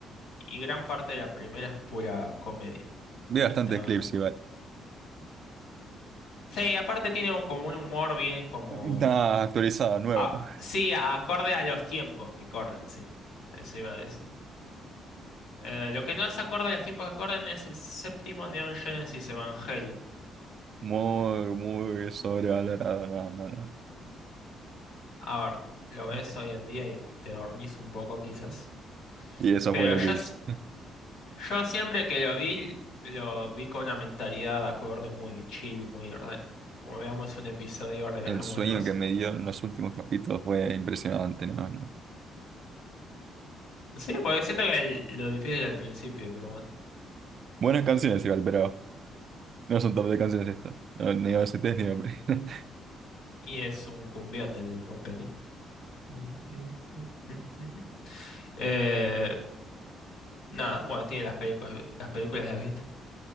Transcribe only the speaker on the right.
Vi
bastantes
clips igual.
Está actualizado, nuevo.
<laughs> Muy, muy sobrevalorado. No, no, no.
<laughs>
Y eso
fue lo
que hice.
El sueño que me dio en los últimos capítulos fue impresionante, ¿no? no.
Buenas canciones igual, pero no son top de canciones estas. No, ni OSTs ni... OP. <laughs>